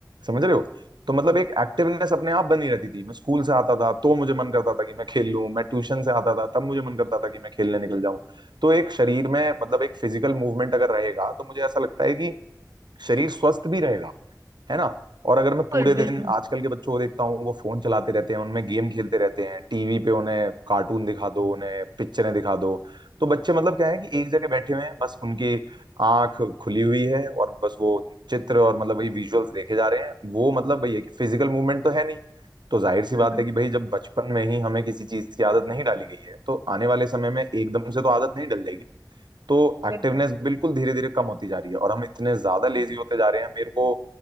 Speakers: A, on the right (about 85°); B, on the right (about 40°).
A: समझ रहे हो तो मतलब एक एक्टिवनेस अपने आप बनी रहती थी मैं स्कूल से आता था तो मुझे मन करता था कि मैं खेल लूं मैं ट्यूशन से आता था तब मुझे मन करता था कि मैं खेलने निकल जाऊं तो एक शरीर में मतलब एक फिजिकल मूवमेंट अगर रहेगा तो मुझे ऐसा लगता है कि शरीर स्वस्थ भी रहेगा है ना और अगर मैं पूरे
B: बिल्कुल बिल्कुल
A: दिन आजकल के बच्चों को देखता हूँ वो फोन चलाते रहते हैं उनमें गेम खेलते रहते हैं टीवी पे उन्हें कार्टून दिखा दो उन्हें पिक्चरें दिखा दो तो बच्चे मतलब क्या है कि एक जगह बैठे हुए हैं बस उनकी आंख खुली हुई है और बस वो चित्र और मतलब वही विजुअल्स देखे जा रहे हैं वो मतलब वही है कि फिजिकल मूवमेंट तो है नहीं तो जाहिर सी
B: हम्म
A: बात है कि भाई जब बचपन में ही हमें किसी चीज की आदत नहीं डाली गई है तो आने वाले समय में एकदम से तो आदत नहीं डल जाएगी ना। तो एक्टिवनेस
B: बिल्कुल
A: बिल्कुल धीरे धीरे कम होती जा रही है और हम इतने ज्यादा लेजी होते जा रहे हैं मेरे को